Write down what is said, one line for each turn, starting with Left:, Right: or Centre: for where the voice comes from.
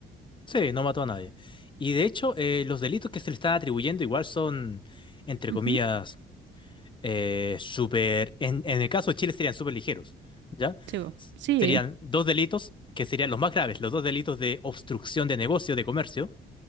Left: Sí, no mató a nadie. Y de hecho, eh, los delitos que se le están atribuyendo igual son, entre
Right: Ujú.
Left: comillas, eh, súper, en, en el caso de Chile serían súper ligeros, ¿ya?
Right: Sí, po.
Left: S-
Right: sí,
Left: Serían dos delitos que serían los más graves, los dos delitos de obstrucción de negocio, de comercio,